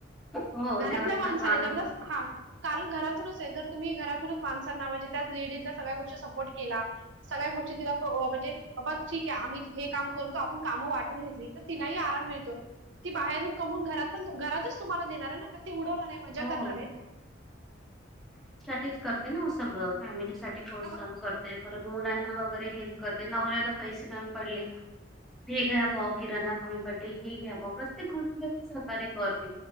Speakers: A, in the centre; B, on the right.
A: हो
B: घरातल्या
A: दिवस
B: माणसाने
A: तर काढून
B: <unintelligible> हा कारण घरातूनचय जर तुम्ही घरातूनच माणसांना म्हणजे त्या लेडीजला सगळ्या गोष्ट सपोर्ट केला सगळ्या गोष्टीत तिला प्रो म्हणजे बा ठीके, आम्ही हे काम करतो. आपण कामं वाटून घेतली, तर तिलाही आराम मिळतो. ती बाहेरून कमवून, घरातच-घरातच तुम्हाला देणारय ना का ती उडवणारय, मजा
A: हो.
B: करणारय.
A: तेच करते ना सगळं. फॅमिलीसाठी प्रोत्साहन
B: हा
A: करते. परत मुलांना वगैरे हेल्प करते. नवर्‍याला पैसे कमी पडले <unintelligible> बा किराणा कमी पडली ही घ्या बा <unintelligible> प्रत्येक गोष्टीला ती सहकार्य करते.